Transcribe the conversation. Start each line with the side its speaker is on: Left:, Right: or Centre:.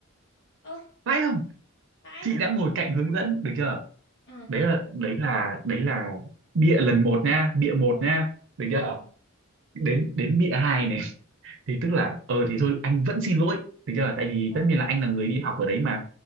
Left: ơ
Right: phải không
Left: vãi
Right: chị đã ngồi cạnh hướng dẫn được chưa
Left: ờ
Right: đấy là đấy là đấy là bịa lần một nha bịa một
Left: ừ.
Right: nha được
Left: ừ.
Right: chưa ờ
Left: ừ.
Right: đến đến bịa hai này <laughs> thì tức là ờ thì thôi anh vẫn xin lỗi được chưa tại vì
Left: ờ
Right: tất nhiên là anh là người đi học ở đấy mà